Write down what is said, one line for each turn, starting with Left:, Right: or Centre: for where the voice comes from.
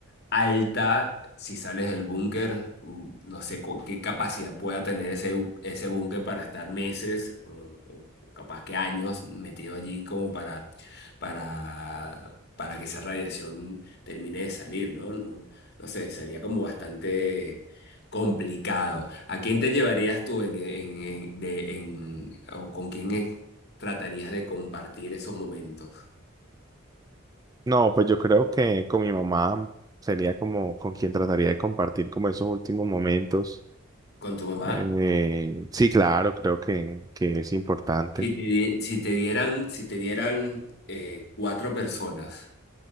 Left: alta si sales del búnker. mm, No sé cu- qué capacidad pueda tener ese, ese búnker para estar meses o, o capaz que años metido allí como para, para, para que esa radiación termine de salir, ¿no? No, no sé, sería como bastante complicado. ¿A quién te llevarías tú en, en- en- de, en, o con quién eh, tratarías de compartir esos momentos?
Right: No, pues yo creo que con mi mamá sería como con quien trataría de compartir como esos últimos momentos.
Left: ¿Con tu mamá?
Right: Eh, sí, claro, creo que, que es importante.
Left: Si te, di- si te dieran, si te dieran eh, cuatro personas